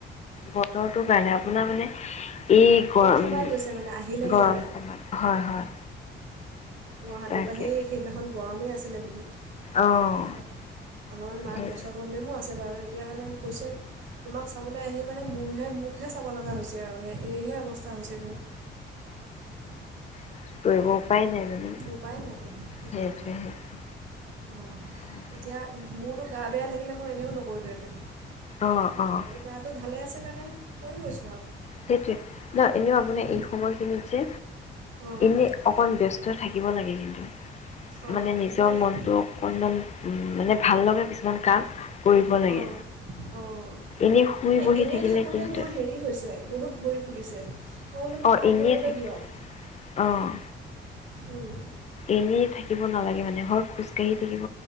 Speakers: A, on the left; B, on the right.
A: বতৰটোৰ কাৰণে আপোনাৰ মানে এই গৰম,
B: সোমাই গৈছে মানে আহিলে
A: গৰম
B: ইয়ালৈ
A: সময়। হয় হয়।
B: গুৱাহাটীৰ
A: তাকে
B: পৰা। সেই সেইদিনাখন গৰমেই আছিলে বহুত।
A: অঁ
B: অলপমান মাৰ
A: সেই
B: গেছৰ প্ৰব্লেমও আছে। আৰু এতিয়া মানে কৈছে, তোমাক চাবলৈ আহি মানে মোৰহে মোকহে চাব লগা হৈছে আৰু সেই এইয়েহে অৱস্থা হৈছে মোৰ।
A: কি কৰিব? উপায় নাই। মানে
B: উপায় নাই কি
A: সেইটোৱে
B: কৰিব,
A: সেইটোৱে
B: অ',
A: তাকে।
B: এতিয়া মোৰতো গা বেয়া থাকিলে মই এনেও নকৰিলোঁহেঁতেন,
A: অ', অ',
B: গাটো ভালে আছে কাৰণেহে কৰি গৈছ
A: সেইটোৱে ন! এনেও আপোনাৰ
B: অঁ
A: এই সময়খিনিত যে,
B: অঁ
A: এনে অকন ব্যস্ত থাকিব লাগে। <unintelligible>
B: অঁ
A: মানে নিজৰ
B: মই
A: মনটো অকনমান উম, মানে ভাল লগা কিছুমান কাম কৰিব লাগে।
B: অঁ অঁ
A: এনেই শুই,
B: মানে
A: বহি
B: এনেই
A: থাকিলে
B: থাকোঁতে
A: কিন্তু
B: মোৰ হেৰি হৈছে বহুত ভৰি ফুলিছে। মই বোলোঁ মোক
A: অ',
B: কাম
A: এনেই
B: কৰিবলৈ
A: থাক
B: দিয়ক।
A: অ',
B: উম।
A: এনেই থাকিব নালাগে মানে হয়, খোজকাাঢ়ি থাকিব